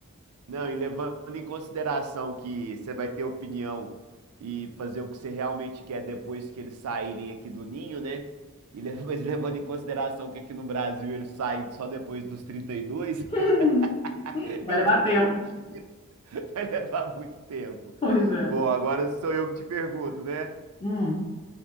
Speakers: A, on the right (about 80°); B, on the left (about 25°).
A: Não, e levando em consideração que você vai ter opinião e fazer o que você realmente quer depois que eles saírem aqui do ninho, né? E le- <laughs> mas levando em consideração que aqui no Brasil eles saem só depois dos 32, <laughs>
B: <laughs> Vai
A: eu
B: levar
A: tô
B: tempo.
A: perdido. <laughs> Vai levar muito tempo.
B: Pois é.
A: Bom, agora sou eu que te pergunto, né?
B: Hum.